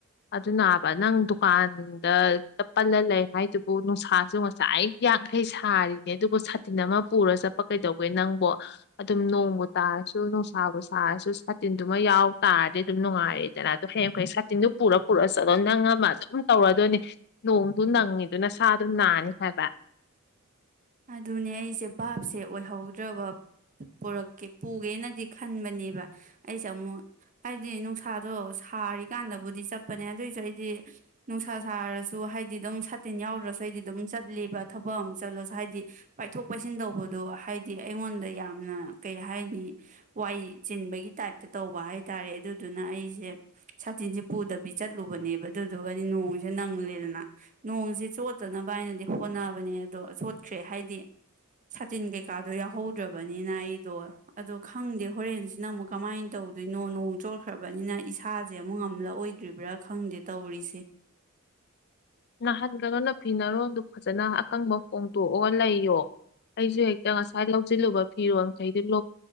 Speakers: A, on the left; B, on the right.
A: ꯑꯗꯨꯅꯕ ꯅꯪ ꯗꯨꯀꯥꯟꯗ ꯄꯜꯂ ꯂꯩ ꯍꯥꯏꯗꯨꯕꯨ ꯅꯨꯡꯁꯥꯁꯨ ꯉꯁꯥꯏ ꯑꯩ ꯌꯥꯡꯈꯩ ꯁꯥꯔꯤꯅꯦ ꯑꯗꯨꯕꯨ ꯁꯥꯇꯤꯟ ꯑꯃ ꯄꯨꯔ ꯆꯠꯄ ꯀꯩꯗꯧꯒꯦ ꯅꯪꯕꯨ ꯑꯗꯨꯝ ꯅꯣꯡꯕꯨ ꯇꯥꯔꯁꯨ ꯅꯨꯡꯁꯥꯕꯨ ꯁꯥꯔꯁꯨ ꯁꯥꯇꯤꯟꯗꯨꯃ ꯌꯥꯎ ꯇꯥꯔꯗꯤ ꯑꯗꯨꯝ ꯅꯨꯡꯉꯥꯏꯔꯦꯗꯅ ꯑꯗꯨꯣ ꯍꯌꯦꯡꯈꯌꯦꯡ ꯁꯥꯇꯤꯟꯗꯨꯣ ꯄꯨꯔ ꯄꯨꯔ ꯆꯠꯂꯣ ꯅꯪꯉꯃ ꯑꯗꯨꯝ ꯇꯧꯔꯗꯣꯏꯅꯤ ꯅꯣꯡꯗꯨ ꯅꯪꯉꯤꯗꯨꯅ ꯁꯥꯗꯨ ꯅꯥꯅꯤ ꯍꯥꯏꯕ
B: ꯑꯗꯨꯅꯦ ꯑꯩꯁꯦ ꯚꯥꯞꯁꯦ ꯑꯣꯏꯍꯧꯗ꯭ꯔꯕ ꯄꯨꯔꯛꯀꯦ ꯄꯨꯒꯦꯅꯗꯤ ꯈꯟꯕꯅꯦꯕ ꯑꯩꯁꯦ ꯑꯃꯨꯛ ꯍꯥꯏꯗꯤ ꯅꯨꯡꯁꯥꯗꯣ ꯁꯥꯔꯤꯀꯥꯟꯗꯕꯨꯗꯤ ꯆꯠꯄꯅꯦ ꯑꯗꯨꯑꯣꯏꯁꯨ ꯑꯩꯗꯤ ꯅꯨꯡꯁꯥ ꯁꯥꯔꯁꯨ ꯍꯥꯏꯗꯤ ꯑꯗꯨꯝ ꯇꯤꯟ ꯌꯥꯎꯔꯁꯨ ꯑꯩꯗꯤ ꯑꯗꯨꯝ ꯆꯠꯂꯤꯕ ꯊꯄꯝ ꯆꯂꯣ ꯍꯥꯏꯗꯤ ꯄꯥꯏꯊꯣꯛ ꯄꯥꯏꯁꯤꯟ ꯇꯧꯕꯗꯣ ꯍꯥꯏꯗꯤ ꯑꯩꯉꯣꯟꯗ ꯌꯥꯝꯅ ꯀꯩ ꯍꯥꯏꯅꯤ ꯋꯥꯏ ꯆꯤꯟꯕꯒꯤ ꯇꯥꯏꯞꯇ ꯇꯧꯕ ꯍꯥꯏꯇꯥꯔꯦ ꯑꯗꯨꯗꯨꯅ ꯑꯩꯁꯦ ꯁꯥꯇꯤꯟꯁꯦ ꯄꯨꯗꯕꯤ ꯆꯠꯂꯨꯕꯅꯦꯕ ꯑꯗꯨꯗꯨꯒꯗꯤ ꯅꯣꯡꯁꯦ ꯅꯪꯂꯦꯗꯅ ꯅꯣꯡꯁꯦ ꯆꯣꯠꯇꯅꯕ ꯍꯥꯏꯅꯗꯤ ꯍꯣꯠꯅꯕꯅꯦ ꯑꯗꯣ ꯈ꯭ꯔꯦ ꯍꯥꯏꯗꯤ ꯁꯥꯇꯤꯟ ꯀꯩꯀꯥꯗꯣ ꯌꯥꯎꯍꯧꯗ꯭ꯔꯕꯅꯤꯅ ꯑꯩꯗꯣ ꯑꯗꯣ ꯈꯪꯗꯦ ꯍꯣꯔꯦꯟꯁꯤꯅ ꯑꯃꯨꯛ ꯀꯃꯥꯏꯅ ꯇꯧ ꯑꯗꯨꯏ ꯅꯣꯡ ꯅꯣꯡ ꯆꯣꯠꯈ꯭ꯔꯕꯅꯤꯅ ꯁꯥꯥꯁꯦ ꯑꯃꯨꯛ ꯉꯝꯗꯕ ꯑꯣꯏꯗ꯭ꯔꯤꯕ꯭ꯔꯥ ꯈꯪꯗꯦ ꯇꯧꯔꯤꯁꯦ
A: ꯅꯍꯟꯒꯅꯣꯅ ꯐꯤꯅꯔꯣꯟꯜꯗꯨ ꯐꯖꯅ ꯑꯀꯪꯕ ꯐꯣꯡꯗꯣꯛꯑꯒ ꯂꯩꯌꯣ ꯑꯩꯁꯨ ꯍꯦꯛꯇ ꯉꯁꯥꯏ ꯂꯧꯁꯤꯜꯂꯨꯕ ꯐꯤꯔꯣꯜꯈꯩꯗꯨ